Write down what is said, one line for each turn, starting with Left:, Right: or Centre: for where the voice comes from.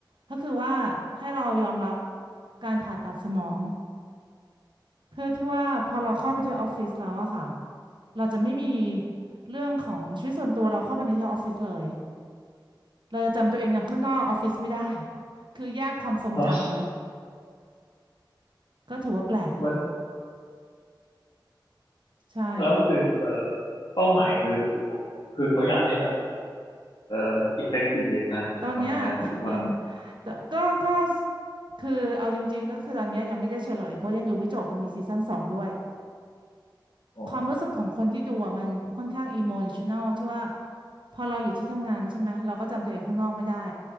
Right: ก็คือว่าให้เรายอมรับการผ่าตัดสมองเพื่อที่ว่าพอเราเข้าไปที่ออฟฟิศแล้วอะค่ะ เราจะไม่มีเรื่องของชีวิตส่วนตัวเราเข้าไปในที่ออฟฟิศเลยเราจะจำตัวเองอย่างข้างนอกออฟฟิศไม่ได้คือแยกความทรงจำเลย
Left: เพราะ
Right: ก็ถือว่าแปลกดี
Left: มัน
Right: ใช่แล้ว
Left: แล้วคือเอ่อเป้าหมายคือ
Right: อ่ะ
Left: คือเขาอยากให้แบบเอ่อ effective ในการทำงานหรือว่า
Right: ตอนเนี้ย <laughs> ยังแต่ก็ก็คือเอาจริงๆก็คือตอนเนี้ยยังไม่ได้เฉลยเพราะยังดูไม่จบมันมีซีซั่นสองด้วย
Left: อ๋อ
Right: ความรู้สึกของคนที่ดูอ่ะมันค่อนข้างอิโมชัน a ลที่ว่าพอเราอยู่ที่ทำงานใช่ไหมเราก็จำตัวเองข้างนอกไม่ได้